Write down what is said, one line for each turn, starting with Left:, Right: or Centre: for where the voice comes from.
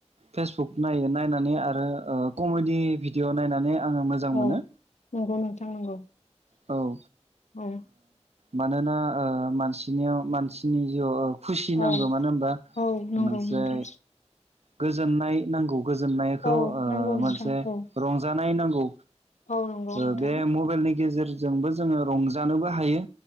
Right: फेसबुक नायो नायनानै आरो कमेडि भिडिअ' नायनानै आङो मोजां
Left: औ
Right: मोनो
Left: नंगौ नोंथां नंगौ
Right: औ ओ
Left: औ
Right: मानोना ओ मानसिनियाव मानसिनि जिउआव खुसि नांगौ
Left: औ
Right: मानो होनबा
Left: औ नंगौ
Right: मोनसे
Left: नोंथां
Right: गोजोननाय नांगौ गोजोननायखौ
Left: औ
Right: ओ
Left: नांगौ
Right: मोनसे
Left: नोंथां औ
Right: रंजानाय नांगौ।
Left: औ नंगौ
Right: ओ
Left: नोंथां।
Right: बे मबाइलनि गेजेरजोंबो जोङो रंजानोबो हायो।